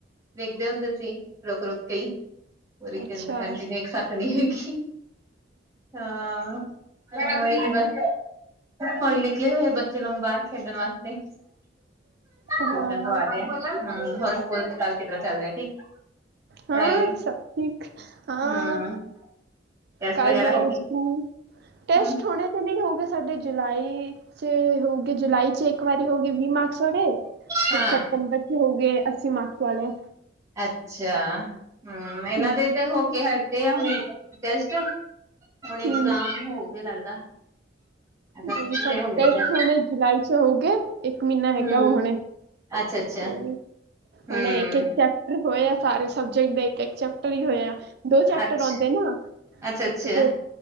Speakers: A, on the right (about 15°); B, on the right (about 60°).
A: ਵੇਖਦੇ ਹੁੰਦੇ ਸੀ ਰੁਕ ਰੁਕ ਕੇ ਹੀ ਪੂਰੀ
B: ਅੱਛਾ
A: ਕਹਿੰਦੇ ਕੰਟੀਨਿਊ ਇੱਕ ਸਾਥ ਨਹੀਂ ਵੇਖੀ ਹਾਂ ਉਹੀ ਬਸ ਹੁਣ ਨਿਕਲੇ ਹੋਏ ਬ ਚਲੋ ਬਾਹਰ ਖੇਡਣ ਵਾਸਤੇ
B: ਹਾਂ
A: ਟਊਸ਼ਨ ਤੋਂ ਆ ਗਏ ਹੋਰ ਸਕੂਲ ਸੁਕਾਲ ਕਿਤਰਾਂ ਚੱਲ ਰਿਹਾ ਠੀਕ
B: ਹਾਂ
A: ਪੜ੍ਹਾਈ
B: ਸਭ ਠੀਕ ਹਾਂ
A: ਹਮ ਟੈਸਟ
B: ਕੱਲ
A: ਵਗੈਰਾ
B: ਹੁਣੇ
A: ਹੋ ਗਈ
B: ਸਕੂਲ ਟੈਸਟ
A: ਹਮ
B: ਹੋਣੇ ਤੇ ਨਹੀਂ ਹੋਗੇ ਸਾਡੇ ਜੁਲਾਈ ਚ ਹੋਗੇ ਜੁਲਾਈ ਚ ਇੱਕ ਵਾਰੀ ਹੋ ਗੇ ਵੀਹ ਮਾਰਕਸ ਵਾਲੇ
A: ਹਾਂ
B: ਫਿਰ ਸਪਤੰਬਰ ਚ ਹੋ ਗਏ ਅੱਸੀ ਮਾਰਕਸ ਵਾਲੇ
A: ਅੱਛਾ ਹਮ ਇਹਨਾਂ
B: ਹੂੰ
A: ਦੇ ਤੇ ਹੋ ਕੇ ਹਟੇ ਆ ਹੁਣ ਟੈਸਟ ਹੁਣ ਇਗਜ਼ਾਮ
B: ਹੂੰ
A: ਹੋਗੇ ਲੱਗਦਾ ਅਗਸਤ
B: ਨਹੀਂ ਸਾਡੇ
A: ਚ ਹੁੰਦੇ ਸ਼ਾਇਦ
B: ਹਣੇ ਜੁਲਾਈ ਚ ਹੋਊਗੇ ਇੱਕ ਮਹੀਨਾ ਹੈਗਾ
A: ਹਮ
B: ਉਹ ਹੁਣੇਹੀ
A: ਅੱਛਾ ਅੱਛਾ
B: ਹੁਣੇ
A: ਹਮ
B: ਇੱਕ ਇੱਕ ਚੈਪਟਰ ਹੋਏ ਆ ਸਾਰੇ ਸਬਜੈਕਟ ਦੇ ਇੱਕ ਇੱਕ ਚੈਪਟਰ ਹੀ ਹੋਏ ਆ ਦੋ ਚੈਪਟਰ
A: ਅੱਛਾ
B: ਆਉਂਦੇ ਨਾ
A: ਅੱਛਾ ਅੱਛਾ
B: ਤੇ ਫਿਰ